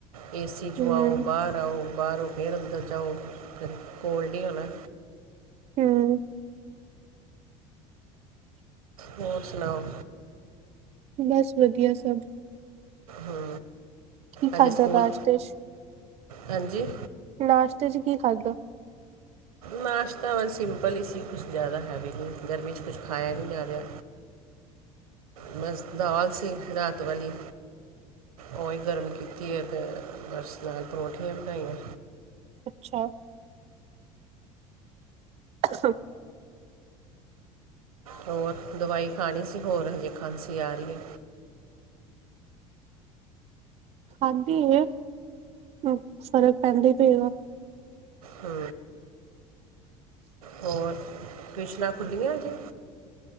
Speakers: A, on the right; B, on the right.
A: ਏ ਸੀ ਚੋ
B: ਹਮ
A: ਆਓ, ਬਾਹਰ ਆਓ, ਬਾਹਰੋਂ ਫਿਰ ਅੰਦਰ ਜਾਓ, ਫਿਰ ਕੋਲਡ ਹੀ ਹੋਣਾ।
B: ਹੂ।
A: ਹੋਰ ਸੁਣਾਓ
B: ਬਸ ਵਧੀਆ ਸਭ।
A: ਹਂ
B: ਕੀ
A: ਹਜੇ
B: ਖਾਧਾ
A: ਸਕੂਲ,
B: ਨਾਸ਼ਤੇ ਚ
A: ਹਾਂਜੀ।
B: ਨਾਸ਼ਤੇ 'ਚ ਕੀ ਖਾਧਾ?
A: ਨਾਸ਼ਤਾ ਵ ਸਿੰਪਲ ਈ ਸੀ ਕੁਛ ਜ਼ਆਦਾ ਹੈਵੀ ਨੀ, ਗਰਮੀ 'ਚ ਕੁਛ ਖਾਇਆ ਨੀ ਜਾ ਰਿਹਾ। ਬਸ ਦਾਲ ਸੀ ਰਾਤ ਵਾਲੀ। ਓਹੀ ਗਰਮ ਕੀਤੀ ਏ, ਤੇ ਬਸ ਨਾਲ ਪਰੋਂਂਠੀਆਂ ਬਣਾਈਆਂ।
B: ਅੱਛਾ। ਅ ਹੁ
A: ਹੋਰ, ਦਵਾਈ ਖਾਣੀ ਸੀ ਹੋਰ, ਹਜੇ ਖਾਂਸੀ ਆ ਰਹੀ ਏ।
B: ਖਾਂਦੀ ਸੀ, ਫ਼ਰਕ ਪੈਂਦੈ ਪਏ ਗਾ।
A: ਹੂ। ਹੋਰ ਟਿਊਸ਼ਨਾਂ ਖੁੱਲ੍ਹੀਆਂ ਅਜੇ?